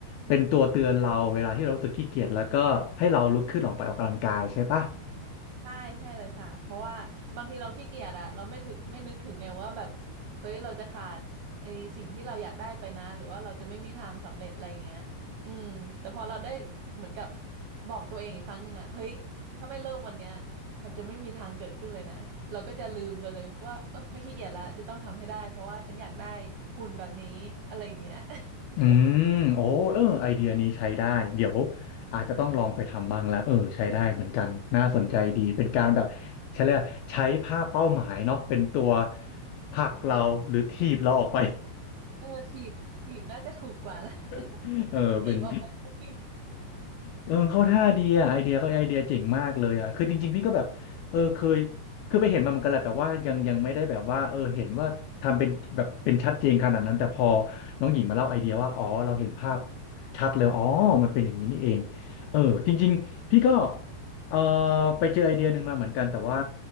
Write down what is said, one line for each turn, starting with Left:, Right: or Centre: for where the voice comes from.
Left: เป็นตัวเตือนเราเวลาที่เรารู้สึกขี้เกียจแล้วก็ให้เราลุกขึ้นออกไปออกกำลังกายใช่ปะ
Right: ใช่ใช่เลยค่ะเพราะว่าบางทีเราขี้เกียจอะเราไม่ถึงไม่นึกถึงไงว่าแบบเฮ้ยเราจะขาดไอ้สิ่งที่เราอยากได้ไปนะหรือว่าเราจะไม่มีทางสำเร็จอะไรอย่างเงี้ยอืมแต่พอเราได้เหมือนกับบอกตัวเองอีกครั้งหนึ่งอะเฮ้ยถ้าไม่เริ่มวันเนี้ยมันจะไม่มีทางเกิดขึ้นเลยนะเราก็จะลืมกันเลยว่าเออไม่ขี้เกียจละจะต้องทำให้ได้เพราะว่าฉันอยากได้หุ่นแบบนี้อะไรอย่างเงี้ย <laughs>
Left: อืมโอ้เออไอเดียนี้ใช้ได้เดี๋ยวอาจจะต้องลองไปทำบ้างแล้วเออใช้ได้เหมือนกันน่าสนใจดีเป็นการแบบใช้เรียกว่าใช้ภาพเป้าหมายเนาะเป็นตัวผลักเราหรือถีบเราออกไป
Right: เออถีบถีบน่าจะถูกกว่านะ
Left: <laughs> เออเป็น
Right: <laughs> ถีบออกมาสิ
Left: เออเข้าท่าดีอ่ะไอเดียก็ไอเดียเจ๋งมากเลยอ่ะคือจริงๆพี่ก็แบบเออเคยคือไปเห็นมาเหมือนกันแหละแต่ว่ายังยังไม่ได้แบบว่าเออเห็นว่าทำเป็นแบบเป็นชัดเจนขนาดนั้นแต่พอน้องหญิงมาเล่าไอเดียว่าอ๋อเราเห็นภาพชัดเลยอ๋อมันเป็นอย่างนี้นี่เองเออจริงๆพี่ก็เออไปเจอไอเดียหนึ่งมาเหมือนกันแต่ว่า